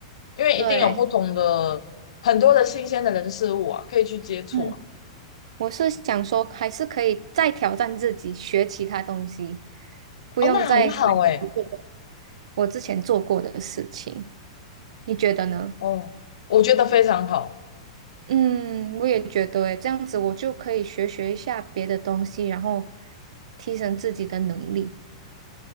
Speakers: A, on the left (about 80°); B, on the right (about 75°).
A: 因为一定有不同的很多的新鲜的人事物啊，
B: 对。
A: 可以去接触啊。
B: 嗯。我是想说，还是可以再挑战自己，学其他东西，不用再回顾做
A: 哦，那很好哎，
B: 我之前做过的事情。你觉得呢？
A: 哦，我觉得非常好。
B: 嗯，我也觉得诶，这样子我就可以学学一下别的东西，然后提升自己的能力。